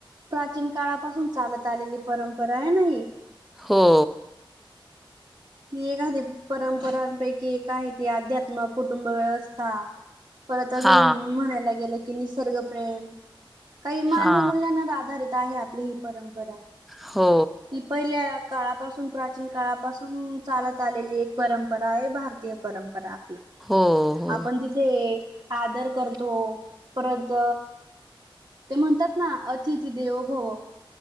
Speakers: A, on the right; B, in the centre.
A: प्राचीन काळापासून चालत आलेली परंपरा आहे नाही.
B: हो.
A: एक परंपरांपैकी एक आहे, ती अध्यात्म कुटुंब व्यवस्था. परत अजून
B: हा
A: म्हणायला गेलं की निसर्गप्रेम, काही मानवी
B: हा
A: मूल्यांना आधारित आहे आपली ही परंपरा.
B: हो.
A: ही पहिल्या काळापासून प्राचीन काळापासून चालत आलेली एक, परंपरा आहे भारतीय परंपरा.
B: हो हो
A: आपण तिथे आदर करतो परत ते म्हणतात ना अतिथि देवो भव.